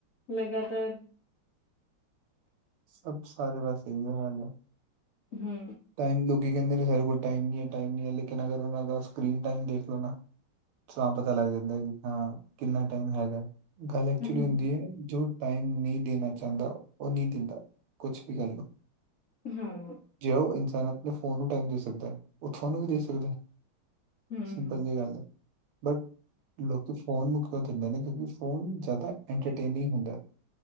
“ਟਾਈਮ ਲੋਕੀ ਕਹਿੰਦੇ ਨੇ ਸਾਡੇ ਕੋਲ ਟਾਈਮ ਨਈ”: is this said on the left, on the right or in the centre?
Right